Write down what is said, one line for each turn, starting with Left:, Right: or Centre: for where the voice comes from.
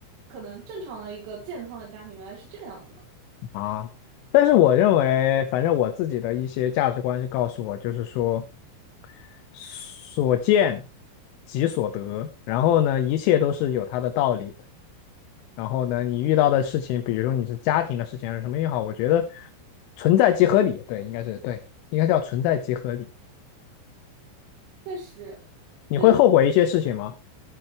Right: 可能正常的一个健康的家庭原来是这个样子的。
Left: 啊。但是我认为，反正我自己的一些价值观是告诉我，就是说所见即所得，然后呢，一切都是有它的道理的。然后呢，你遇到的事情，比如说你是家庭的事情还是什么也好，我觉得存在即合理，对，应该是对，应该叫存在即合理。
Right: 确实，
Left: 你会后悔一些事情吗？
Right: 就是